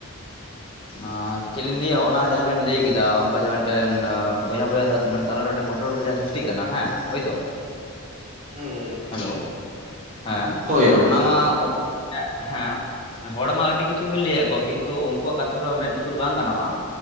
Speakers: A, on the left; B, on the right.
A: ᱟᱻ ᱪᱮᱫ ᱞᱤᱧ ᱞᱟᱹᱭᱟ ᱚᱱᱟ ᱡᱟᱦᱟᱸ ᱵᱮᱱ ᱞᱟᱹᱭ ᱠᱮᱫᱟ ᱚᱱᱠᱟ ᱡᱟᱦᱟᱸ ᱢᱤᱫᱴᱮᱱ ᱵᱚᱭᱦᱟ ᱵᱚᱭᱦᱟ ᱢᱟᱱᱮ ᱛᱟᱞᱟᱨᱮ ᱢᱤᱫᱴᱮᱱ ᱠᱚᱱᱴᱨᱳᱵᱷᱟᱨᱥᱤ ᱡᱟᱦᱟᱸ ᱥᱤᱥᱴᱤ <unintelligible> <unintelligible> ᱛᱤ ᱠᱟᱱᱟ ᱦᱮᱸ ᱦᱳᱭᱛᱳ
B: ᱦᱩᱸ
A: ᱦᱮᱞᱳ ᱦᱮᱸ
B: ᱦᱳᱭ ᱦᱳᱭ
A: ᱚᱱᱟ ᱢᱟ <unintelligible> ᱦᱮᱸ ᱦᱚᱲᱢᱟ ᱟᱹᱰᱤ ᱠᱤᱪᱷᱩ ᱜᱮ ᱞᱟᱹᱭᱟᱠᱚ ᱠᱤᱱᱛᱩ ᱩᱝᱠᱩᱣᱟᱜ ᱠᱟᱛᱷᱟ ᱫᱚ ᱢᱮᱫ ᱞᱩᱛᱩᱨ ᱵᱟᱝ ᱜᱟᱱᱚᱜᱼᱟ᱾